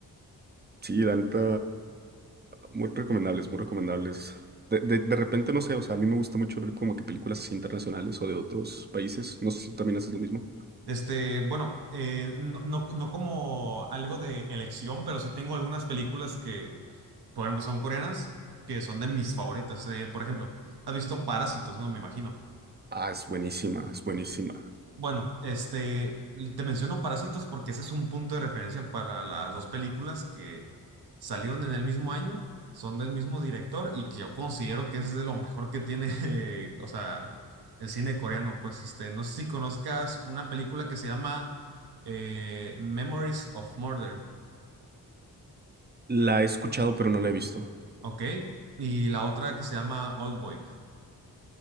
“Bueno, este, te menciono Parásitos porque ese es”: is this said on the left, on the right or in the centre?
Right